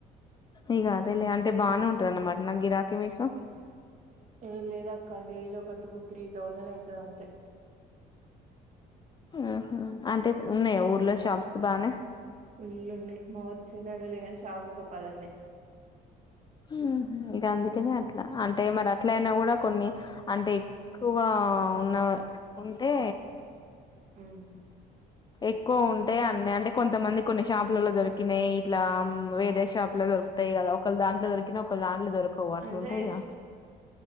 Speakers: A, on the left; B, on the right.
A: ఇగ అదేలే అంటే బానే ఉంటది అన్నమాటనా గిరాకీ మీకు?
B: యే లేదక్క డైలీ ఒక టూ త్రీ థౌజండ్ అయితది అంతే.
A: ఊహూ అంటే ఉన్నాయా ఊర్లో షాప్స్ బానే?
B: ఫుల్లున్నాయి మా ఊరు చిన్నదిలే గాని షాపులు ఒక పది ఉన్నాయి.
A: ఊహ్ ఇంక అందుకనే అట్లా అంటే మరి అట్ల అయినా గూడా కొన్ని అంటే ఎక్కువ ఉన్న ఉంటే
B: ఊమ్
A: ఎక్కువ ఉంటాయి అన్ని అంటే కొంతమంది కొన్ని షాపులలో దొరి కనే ఇట్లా వేరే షాప్ లో దొర్ తాయి గదా ఒకళ్ళ దాంట్లో దొరికిన ఒకళ్ళ దాంట్లో దొరకవు అట్లు
B: అంటే
A: ఉంటాయిగా